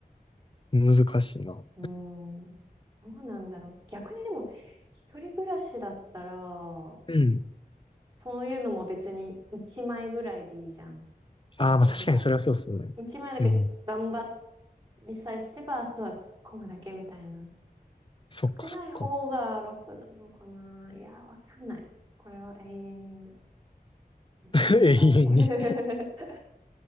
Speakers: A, on the left; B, on the right.
A: 難しいな。
B: うーん、どうなんだろう。逆にでも一人暮らしだったら、
A: うん。
B: そういうのも別に1枚ぐらいでいいじゃん。その油。
A: ああ、まあ確かにそれはそうっすね。
B: 1枚だけつ頑張
A: うん。
B: りさえすれば、あとは突っ込むだけみたいな。
A: そっかそっか。
B: 少ない方が楽なのかな。いや、わかんない。これは永遠に
A: <laughs>
B: 問題。
A: 永遠に
B: <laughs>